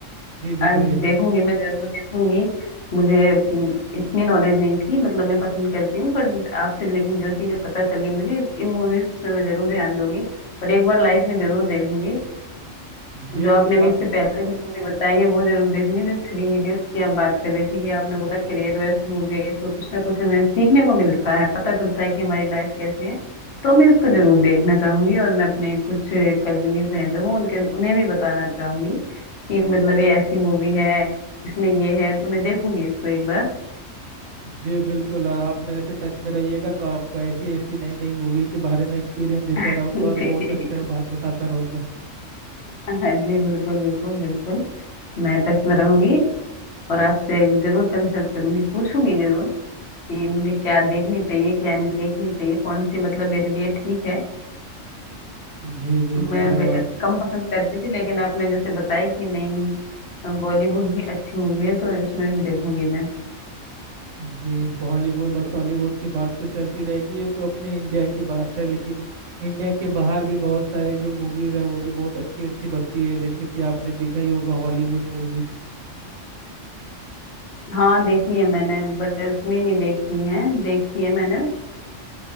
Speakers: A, on the right; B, on the left.
A: जी जी
B: आज
A: बोलिए
B: देखूंगी मैं जरूर देखूंगी मुझे हम्म, इतनी नॉलेज नहीं थी मतलब मैं पसंद करती हूँ बट आपसे लेकिन जो चीजें पता चली मुझे इस- इन मूवीज पे मैं जरूर ध्यान दूंगी और एक बार लाइफ में जरूर देखूंगी
A: जी
B: जो आपने
A: जी बात
B: अभी इससे पहले जो मूवी बताई है वो जरूर देखनी है, जो थ्री इडियट्स की आप बात कर रहे थे कि आपने बोला करियर वेस्ट मूवी है इसमें कुछ ना कुछ हमें सीखने को मिलता है पता चलता है कि हमारी लाइफ कैसी है तो मैं इसको जरूर देखना चाहूंगी और मैं अपने कुछ कलीग्स हैं जो वो उनके उन्हें भी बताना चाहूंगी कि मतलब ये ऐसी मूवी है इसमें ये है तो मैं देखूंगी इसको एक बार
A: जी बिल्कुल और आप मेरे से टच में रहिएगा तो आपको ऐसी ऐसी नई नई मूवी के बारे में एक्सपीरियंस देता रहूंगा
B: <laughs> जी
A: और बहुत अच्छा बात बताता रहूंगा
B: हाँ जी बिल्कुल बिल्कुल बिल्कुल मैं टच में रहूंगी और आपसे जरूर कंसल्ट करूंगी पूछूंगी जरूर कि मुझे क्या देखनी चाहिए क्या नहीं देखनी चाहिए कौन सी मतलब मेरे लिए ठीक है
A: जी जी
B: मैं
A: बिल्कुल
B: बे-
A: और
B: कम पसंद करती थी लेकिन आपने जैसे बताया कि नहीं बॉलीवुड भी अच्छी मूवी है तो इसमें भी देखूंगी मैं
A: जी बॉलीवुड और टॉलीवुड की बात तो चलती रहेगी ये तो अपने इंडिया की बात है लेकिन इंडिया के बाहर भी बहुत सारे जो मूवीज है वो भी बहुत अच्छी अच्छी बनती है जैसे कि आपने देखा ही होगा हॉलीवुड मूवीज
B: हाँ देखी है मैंने बट उतनी नहीं देखी है देखी है मैंने